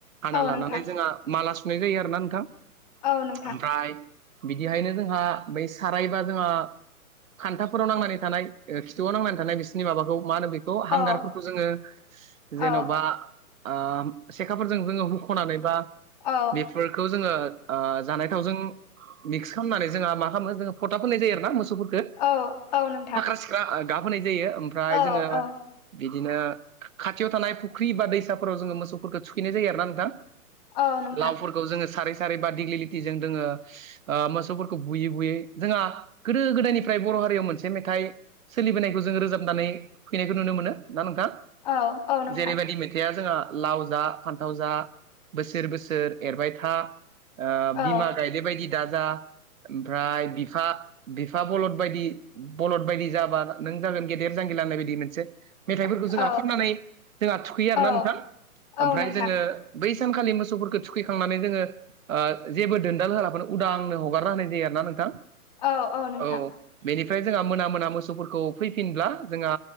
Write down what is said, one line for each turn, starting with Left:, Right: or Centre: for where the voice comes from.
Right: हाना
Left: औ
Right: लानानै
Left: नोंथां
Right: जोंहा माला सुनाय जायो आरो ना नोंथां
Left: औ नोंथां
Right: ओमफ्राय बिदिहायनो जोंहा बै सारायबा जोङो खानथाफोराव नांनानै थानाय खिथुआव नांनानै थानाय बिसोरनि माबाखौ मा होनो बेखौ हांगारफोरखौ
Left: औ
Right: जोङो जेन'बा
Left: औ
Right: ओ सेखाफोरजों जोङो हुख'नानै बा
Left: औ
Right: फोरखौ जोङो ओ जानाय थावजों मिक्स खालामनानै जोंहा मा खालामो जोङो फथा फोननाय जायो आरो ना मोसौफोरखौ
Left: औ औ नोंथां
Right: फाख्रा सिख्रा गाब होनाय जायो ओमफ्राय
Left: औ
Right: जोङो
Left: औ
Right: बिदिनो खाथियाव थानाय फुख्रि बा दैसाफोराव जोङो मोसौफोरखौ थुखैनाय जायो आरोना नोंथां
Left: औ नोंथां
Right: लावफोरखौ जोङो सारै सारै बा दिग्लि लिथिजों जोङो ओ मोसौफोरखौ बुयै बुयै जोंहा गोदो गोदायनिफ्राय बर' हारियाव मोनसे मेथाइ सोलिबोनायखौ जों रोजाबनानै थुखैनायखौ नुनो मोनो ना नोंथा
Left: औ औ नोंथां
Right: जेरैबायदि मेथाइआ जोंहा लाव जा फानथाव जा बोसोर बोसोर एरबाय था ओ बिमा
Left: औ
Right: गायदे बायदि दाजा ओमफ्राय बिफा बिफा बलद बायदि बलद बायदि जाबा नों जागोन गेदेर जांगिला होननाय बायदि मोनसे मेथाइफोरखौ जोंहा
Left: औ
Right: खननानै जोंहा थुखैयो
Left: औ
Right: आरोना नोंथां
Left: औ
Right: ओमफ्राय
Left: नोंथां
Right: जोङो बै सानखालि मोसौफोरखौ थुखैखांनानै जोङो ओ जेबो दोनदाल होलाफोरानो उदांनो हगारना होनाय जायो आरोना नोंथां
Left: औ नोंथां
Right: औ बेनिफ्राय जोंहा मोना मोना मोसौफोरखौ फैफिनब्ला जोंहा